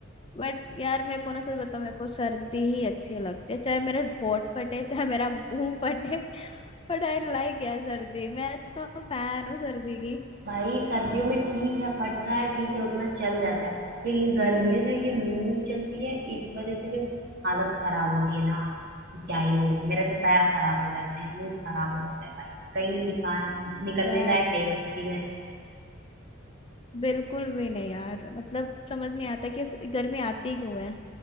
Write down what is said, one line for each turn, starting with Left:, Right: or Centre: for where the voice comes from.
Left: बट यार मेरे को ना सच बताऊं मेरे को सर्दी ही अच्छी लगती है चाहे मेरे होंठ फटे चाहे मेरा मुंह फटे <laughs> बट आई लाइक यार सर्दी मैं तो फैन हूँ सर्दी की
Right: भाई सर्दियों में ठीक है फट रहा है ठीक है उतना चल जाता है लेकिन गर्मियों जो ये लू चलती है इस वजह से जो हालत खराब होती है ना कि क्या ही बोले मेरे तो पैर खराब हो जाते हैं मुंह खराब हो जाता है भाई कहीं दिखा निकलने
Left: यार
Right: लायक नहीं बचती मैं
Left: बिल्कुल भी नहीं यार मतलब समझ नहीं आता कि गर्मी आती क्यों है